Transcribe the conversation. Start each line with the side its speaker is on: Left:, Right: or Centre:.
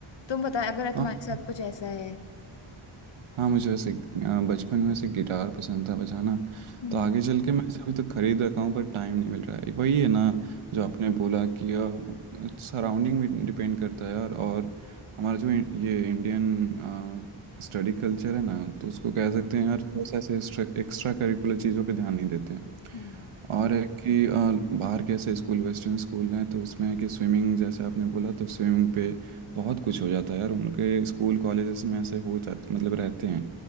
Left: तुम बताओ अगर
Right: <laughs>
Left: तुम्हारे साथ
Right: जी
Left: कुछ ऐसा है
Right: हाँ मुझे वैसे अ, बचपन में वैसे गिटार पसंद था बजाना
Left: हम्म
Right: तो आगे चल के मैं ऐसे अभी तो खरीद रखा हूँ पर टाइम नहीं मिल रहा है वही है ना जो आपने बोला कि सराउंडिंग में डिपेंड करता है यार और हमारा जो इन- ये इंडियन स्टडी कल्चर है ना तो उसको कह सकते हैं यार थोड़ा सा ऐसे एक्स्ट्रा करिकुलर चीज़ों पे ध्यान नहीं देते हैं
Left: हाँ
Right: और है कि अ, बाहर के ऐसे स्कूल वेस्टर्न स्कूल हैं तो उसमें है कि स्विमिंग जैसे आपने बोला तो स्विमिंग पे बहुत कुछ हो जाता है यार उनके स्कूल कॉलेजेस में ऐसे हो जाते मतलब रहते हैं